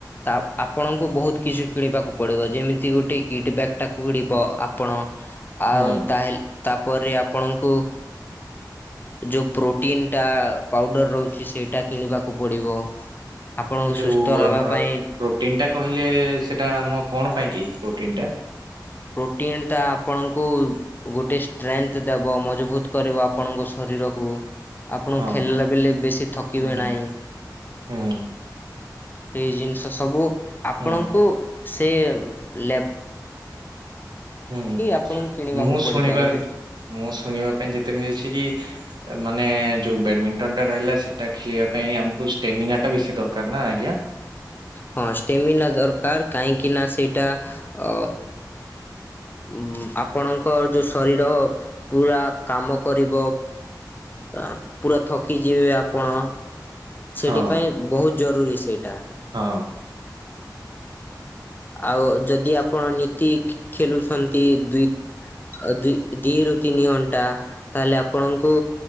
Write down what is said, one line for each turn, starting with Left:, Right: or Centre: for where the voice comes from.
Left: ତା ଆପଣ। ବହୁତ କିଛି କିଣିବାକୁ ପଡ଼ିବ ଯେମିତି ଗୋଟେ କିଟ୍ ବ୍ୟାଗ୍ ଟାକୁ କିଣିବ ଆପଣ ଆଉ
Right: ହୁଁ
Left: ତାହେଲେ ତାପରେ ଆପଣଙ୍କୁ ଯେଉଁ ପ୍ରୋଟିନ୍ ଟା ପାଉଡ଼ର ରହୁଛି ସେଇଟା କିଣିବାକୁ ପଡ଼ିବ। ଆପଣଙ୍କୁ
Right: ଯୋଉ
Left: ସୁସ୍ଥ ରହିବା
Right: ଆମର
Left: ପାଇଁ
Right: ପ୍ରୋଟିନ ଟା କହି ଲେ ସେଟା ଆମ କଣ ପାଇଁ ପ୍ରୋଟିନ ଟା।
Left: ପ୍ରୋଟିନ୍ ଟା ଆପଣଙ୍କୁ ଗୋଟେ ଷ୍ଟ୍ରେନ୍ଥ ଦେବ ମଜବୁତ୍ କରିବ ଆପଣଙ୍କ ଶରୀରକୁ। ଆପଣ
Right: ହଁ
Left: ଖେଲିଲା ବେଳେ ବେଶୀ ଥକିବେ
Right: ହୁଁ
Left: ନାହିଁ।
Right: ହୁଁ।
Left: ସେଇ ଜିନିଷ ସବୁ ଆପଣଙ୍କୁ
Right: ହୁଁ
Left: ସ୍ ତେ ଲେପ୍
Right: ହୁଁ
Left: ଆପଣଙ୍କୁ କିଣିବାକୁ
Right: ମୁଁ ଶୁଣିବା
Left: ପଡ଼ିବ ଏବେ
Right: ମୁଁ ଶୁଣିବା ପାଇଁ ଯେତେ ମିଳିଛି କି? ମାନେ ଯୋଉ ବ୍ୟାଡମିଣ୍ଟନ ଟା ରହିଲା ସେଟା ଖେଳିବା ପାଇଁ ଆମକୁ ଷ୍ଟେମିନା ଟା ବେଶୀ ଦରକାର ନା ଆଜ୍ଞା।
Left: ହଁ ଷ୍ଟେମିନା ଦରକାର କାହିଁକି ନା ସେ ଟା ଅ ଉମ ଆପଣଙ୍କ ଯୋଉ ଶରୀର ପୁରା କାମ କରିବ। ପୁରା ଥକିଯିବେ ଆପଣ। ସେଠି
Right: ହଁ
Left: ପାଇଁ ବହୁତ ଜରୁରୀ ସେଇଟା।
Right: ହଁ
Left: ଆଉ ଯଦି ଆପଣ ନିତି ଖେଲୁଛନ୍ତି ଦୁଇ ଦୁଇ ଦିଇରୁ ତିନି ଘଣ୍ଟା ତାହେଲେ ଆପଣଙ୍କୁ